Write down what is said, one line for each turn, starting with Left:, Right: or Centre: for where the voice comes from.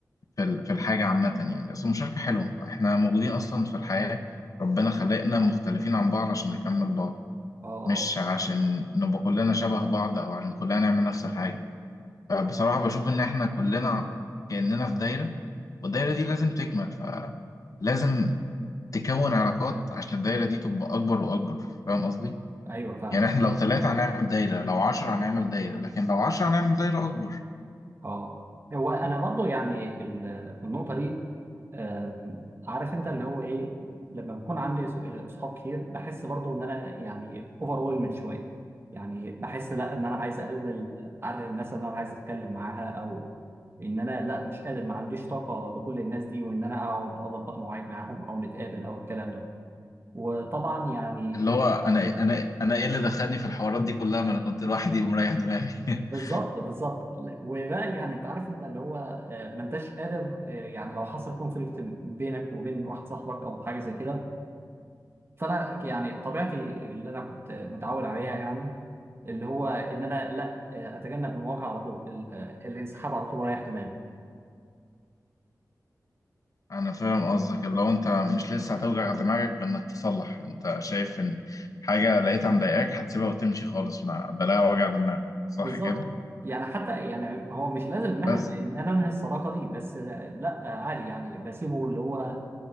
Left: في ال- في الحاجة عامة يعني أصل المشاركة حلوة إحنا موجودين أصلا في الحياة ربنا خلقنا مختلفين عن بعض عشان نكمل بعض
Right: اه
Left: مش عشان نبقى كلنا شبه بعض أو عشان كلنا نعمل نفس الحاجة فبصراحة
Right: اه آه.
Left: بشوف إن إحنا كلنا كأننا في دايرة والدايرة دي لازم تكمل فلازم تكون علاقات عشان الدايرة دي تبقى أكبر وأكبر فاهم قصدي؟
Right: ايوه فاهم
Left: يعني إحنا لو ثلاثة هنعمل دايرة لو عشرة هنعمل دايرة لكن لو عشرة هنعمل دايرة أكبر
Right: اه هو انا برضو يعني ال- النقطه دي آم، عارف انت اللي هو ايه لما بكون عندي ص- آه، صحاب كتير بحس برضو ان انا يعني اوفر ويلمد شويه يعني بحس لا ان انا عايز اقلل عدد الناس اللي انا عايز اتكلم معاها او ان انا لا مش قادر ما عنديش طاقه لكل الناس دي وان انا اقعد اضبط مواعيد معاهم او نتقابل او الكلام ده وطبعا يعني
Left: اللي هو انا انا انا ايه اللي دخلني في الحوارات دي كلها ما انا كنت لوحدي ومريح دماغي <laughs>
Right: بالظبط بالظبط وبقى يعني انت عارف انت اللي هو آه، ما انتش قادر آه، يعني لو حصل كونفليكت بينك وبين واحد صاحبك او حاجه زي كده فانا يعني طبيعتي اللي انا كنت متعود عليها يعني اللي هو ان انا لا آه، اتجنب المواجهه على طول ال- آه، الانسحاب على طول رايح دماغي
Left: انا فاهم قصدك اللي هو انت مش لسه هتوجع دماغك بانك تصلح انت شايف ان حاجه لقيتها مضايقاك هتسيبها وتمشي خالص ما بلاها وجع دماغ صح
Right: بالظبط
Left: كده
Right: يعني حتى يعني هو مش لازم ان احنا
Left: بس
Right: ان انا انهي الصداقه دي بس آه، لا آه، عادي يعني بسيبه اللي هو